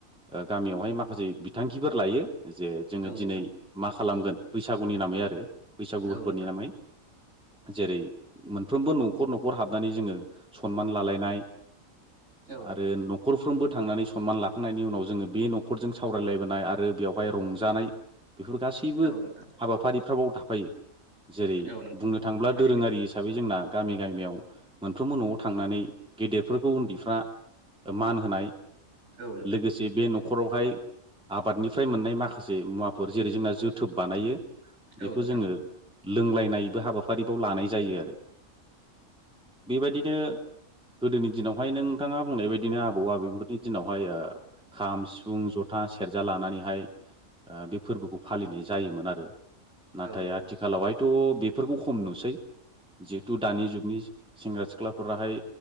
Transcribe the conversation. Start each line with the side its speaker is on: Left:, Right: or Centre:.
Centre: ओ गामियावहाय माखासे बिथांखिफोर लायो जे जोङो
Right: औ नोंथां
Centre: दिनै मा खालामगोन बैसागुनि नामै आरो बैसागु
Right: औ
Centre: फोर्फोनि
Right: नोंथां
Centre: नामै। जेरै मोनफ्रोमबो नख'र नख'र हाब नानै जोङो सनमान लालायनाय
Right: औ
Centre: आरो नख'रफ्रोमबो थांनानै सनमान लाखांनायनि उनाव जोङो बे नख'रजों सावरायलायबोनाय आरो बेयावहाय रंजानाय बेफोर गासैबो
Right: नोंथां
Centre: हाबाफारिफ्राबाव थाफायो। जेरै
Right: औ नोंथां
Centre: बुंनो
Right: औ
Centre: थाङोब्ला
Right: थारैनो
Centre: दोरोङारि हिसाबै जोंना गामि गामियाव मोनफ्रोमबो न'आव थांनानै गेदेरफोरखौ उन्दैफ्रा मान होनाय
Right: औ नोंथां।
Centre: लोगोसे बे नख'रावहाय आबादनिफ्राय मोननाय माखासे मुवाफोर जेरै जोंना जोथोब बानायो। बेखौ
Right: औ नोंथां
Centre: जोङो
Right: औ।
Centre: लोंलायनायबो हाबाफारिबाव लानाय जायो आरो। बेबायदिनो गोदोनि दिनावहाय नोंथाङा बुंनाय बायदिनो आबौ आबैफोरनि दिनावहाय ओ खाम, सिफुं, जथा, सेरजा लानानैहाय ओ बे फोर्बोखौ फालिनाय जायोमोन आरो। नाथाय
Right: औ नोंथां
Centre: आथिखालावहायथ' बेफोरखौ खम नुसै। जिहेथु दानि जुगनि सेंग्रा सिख्लाफोराहाय